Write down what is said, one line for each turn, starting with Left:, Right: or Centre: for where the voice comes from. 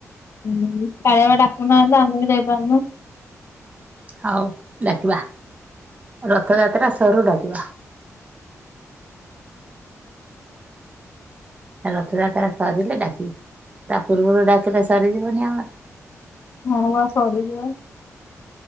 Left: ହୁଁ କଳିଆକୁ ଡାକୁନାହାନ୍ତି ଆମେ ବି ଯାଇପାରୁନୁ।
Right: ହଉ ଡାକିବା ରଥଯାତ୍ରା ସରୁ ଡାକିବା।
Left: <unintelligible> <inaudible>
Right: ରଥଯାତ୍ରା ସରିଲେ ଡାକିବ ତା ପୂର୍ବରୁ ଡାକିଲେ ସରିଯିବନି ଆମର।
Left: ହଁ ବା ସରିବ।